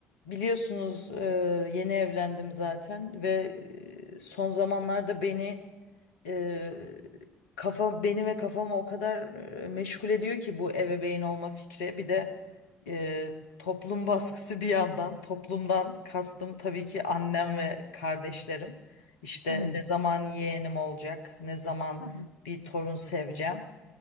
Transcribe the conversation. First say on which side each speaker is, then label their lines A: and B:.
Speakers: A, on the left; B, on the left.
A: Biliyorsunuz e, yeni evlendim zaten ve e, son zamanlarda beni e, kafa beni ve kafamı o kadar e, meşgul ediyor ki bu ebeveyn olma fikri. Bir de e, toplum baskısı bir yandan. Toplumdan kastım tabii ki annem ve kardeşlerim. İşte
B: Evet.
A: ne zaman yeğenim olacak, ne zaman
B: Ha ha
A: bir torun seveceğim.